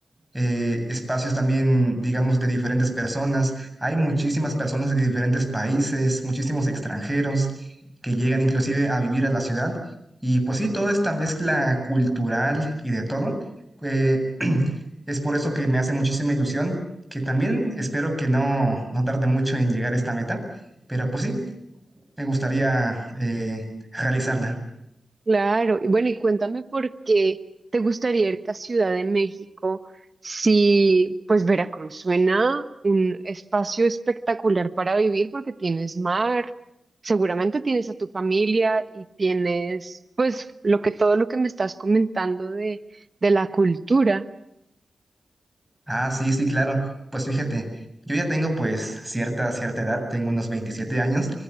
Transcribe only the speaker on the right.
Claro, y bueno, y cuéntame por qué te gustaría irte a Ciudad de México si pues Veracruz suena un espacio espectacular para vivir porque tienes mar, seguramente tienes a tu familia y tienes pues lo que todo lo que me estás comentando de, de la cultura.